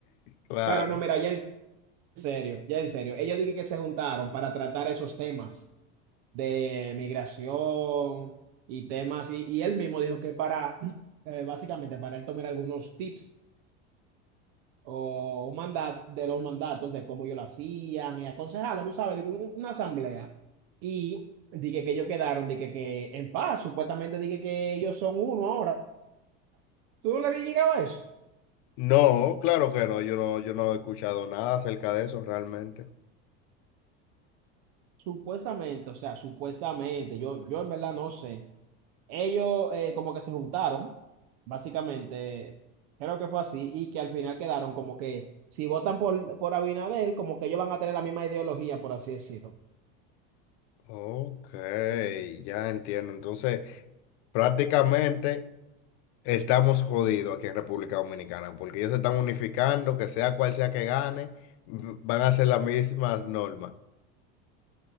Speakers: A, on the left; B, on the right.
A: Claro.
B: Pero no, mira, ya en serio, ya en serio, ella dije que se juntaron para tratar esos temas de migración y temas, y, y él mismo dijo que para, <clears throat> eh, básicamente, para él tomar algunos tips o un mandato de los mandatos, de cómo yo lo hacía, y aconsejarlo, tú sabes, digo, un- una asamblea. Y dije que ellos quedaron, dije que en paz, supuestamente dije que ellos son uno ahora. ¿Tú no le habías llegado a eso?
A: No, claro que no, yo no, yo no he escuchado nada acerca de eso realmente.
B: Supuestamente, o sea, supuestamente, yo, yo en verdad no sé. Ellos eh, como que se juntaron, básicamente, creo que fue así, y que al final quedaron como que si votan por, por Abinader, como que ellos van a tener la misma ideología, por así decirlo.
A: Ok, ya entiendo. Entonces, prácticamente... Estamos jodidos aquí en República Dominicana porque ellos se están unificando, que sea cual sea que gane, v- van a ser las mismas normas.